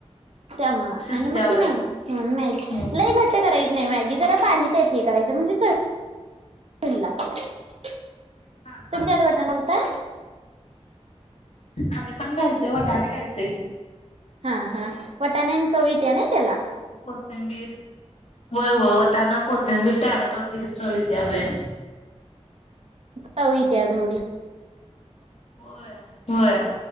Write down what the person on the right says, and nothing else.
त्यामुळ
आणि मग ती
मॅग मॅगी
लई घट्ट करायची नाही मॅगी जरा पाणी ते हे करायचं म्हणजे चवी ला तुम्ही
त्यात वाटाना घालताय?
हा हा वटाण्याण चव येत्या नाही त्याला
चव येत्या थोडी